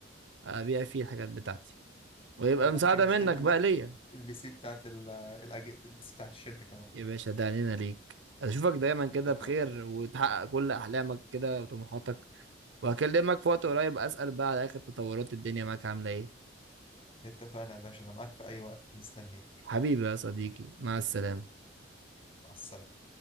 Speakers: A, on the right (about 80°); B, on the left (about 30°).
A: ابيع فيه الحاجات بتاعتي ويبقى
B: وممكن
A: مساعده
B: نشتري
A: منك
B: منك
A: بقى ليا
B: البي سي بتاعت ال... الأج... البي سي بتاعت الشركة كمان
A: يا باشا ده علينا ليك اشوفك دايما كده
B: اتفق
A: بخير وتحقق كل احلامك كده وطموحاتك وهكلمك في وقت قريب اسال بقى على اخر تطورات الدنيا معاك عامله ايه
B: اتفقنا يا باشا أنا معاك في أي وقت مستنيك
A: حبيبي يا صديقي مع السلامه
B: مع السلامة